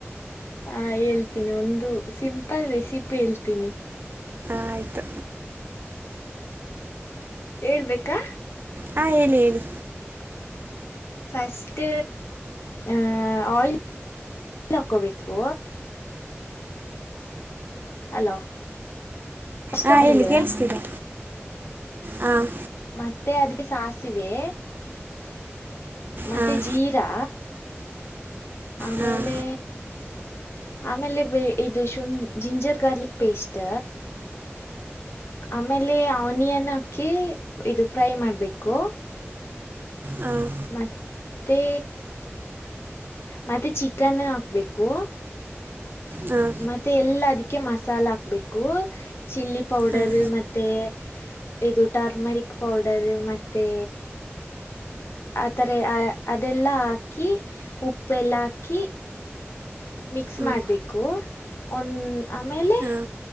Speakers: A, on the left; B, on the right.
A: ಅಂ ಹೇಳ್ತೀನಿ ಒಂದು ಸಿಂಪಲ್ ರೆಸಿಪಿ ಹೇಳ್ತೀನಿ.
B: ಆಯ್ತು
A: ಹೇಳ್ಬೇಕಾ
B: ಹಾ ಹೇಳಿ ಹೇಳಿ
A: ಫಸ್ಟ್ ಆಯಿಲ್ ಆಯಿಲ್ ಹಾಕ್ಕೋಬೇಕು ಹಲೋ ಫಸ್ಟ್
B: ಹಾಂ
A: ಆಯಿಲ್
B: ಹೇಳಿ ಕೇಳಿಸ್ತಿದೆ ಹಾಂ
A: ಮತ್ತೆ ಅದಿಕ್ಕೆ ಸಾಸಿವೆ ಮತ್ತೆ
B: ಹಾಂ
A: ಜೀರಾ. ಆಮೇಲೆ
B: ಹಾಂ
A: ಆಮೇಲೆ ಬೆ ಇದು ಶುಂ ಜಿಂಜರ್ ಗಾರ್ಲಿಕ್ ಪೇಸ್ಟ್ ಆಮೇಲೆ ಆನಿಯನ್ ಹಾಕಿ ಇದು ಫ್ರೈ ಮಾಡ್ಬೇಕು
B: ಹಾಂ
A: ಮತ್ತೆ ಮತ್ತೆ ಚಿಕನ್ ಹಾಕ್ಬೇಕು
B: ಹಾಂ
A: ಮತ್ತೆ ಎಲ್ಲ ಅದಿಕ್ಕೆ ಮಸಾಲ ಹಾಕ್ಬೇಕು ಚಿಲ್ಲಿ ಪೌಡರ್
B: ಹಾಂ
A: ಮತ್ತೆ ಇದು ಟರ್ಮರಿಕ್ ಪೌಡರ್ ಮತ್ತೆ ಆ ತರೆ ಅದೆಲ್ಲ ಹಾಕಿ ಉಪ್ಪೆಲ್ಲ ಹಾಕಿ ಮಿಕ್ಸ್
B: ಹ್ಞೂ
A: ಮಾಡ್ಬೇಕು ಒನ್ ಆಮೇಲೆ
B: ಹಾಂ